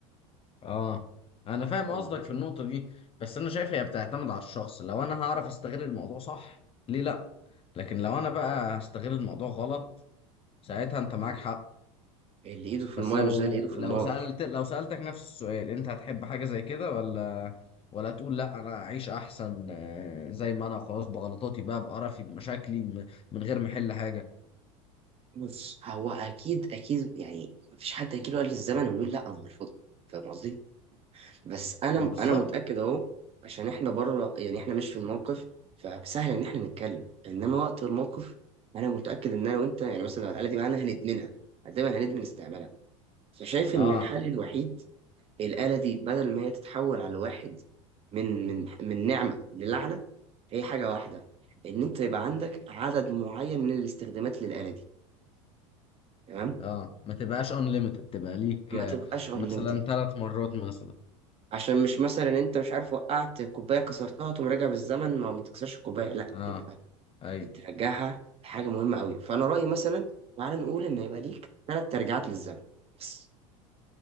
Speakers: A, on the left (about 35°); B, on the right (about 35°).
A: اه انا فاهم
B: فاهم
A: قصدك
B: الفكرة؟
A: في النقطة دي بس انا شايف هي بتعتمد على الشخص لو انا هعرف استغل الموضوع صح ليه لا لكن لو انا بقى
B: طيب،
A: هستغل الموضوع غلط ساعتها انت
B: ما
A: معاك
B: هو
A: حق
B: اللي ايده في
A: بس
B: المايه
A: لو
B: مش زي اللي ايده في
A: لو
B: النار
A: سألت لو سألتك نفس السؤال انت هتحب حاجة زي كده ولا ولا تقول لا انا اعيش احسن آه، زي ما انا خلاص بغلطاتي بقى بقرفي بمشاكلي م- من غير ما احل حاجة
B: بص هو اكيد اكيد يعني مفيش حد هيجي له قال الزمن ويقول لا انا مرفوض فاهم قصدي؟ بس انا
A: ما بالظبط
B: انا متاكد اهو عشان احنا بره يعني احنا مش في الموقف فسهل ان احنا نتكلم انما وقت الموقف انا متاكد ان انا وانت يعني مثلا لو الاله دي معانا هندمنها دايما هندمن استعمالها فشايف
A: اه
B: ان الحل الوحيد الاله دي بدل ما هي تتحول على واحد من من من نعمه للعنه هي حاجه واحده ان انت يبقى عندك عدد معين من الاستخدامات للاله دي تمام
A: اه ما تبقاش unlimited تبقى ليك
B: ما
A: آه،
B: تبقاش unlimited
A: مثلا ثلاث مرات مثلا
B: عشان مش مثلا انت مش عارف وقعت كوبايه كسرتها تقوم راجع بالزمن ما ما تكسرش الكوبايه لا
A: اه
B: تبقى
A: ايوه
B: بترجعها حاجه مهمه قوي فانا رايي مثلا تعال نقول ان يبقى ليك ثلاث ترجعات للزمن بس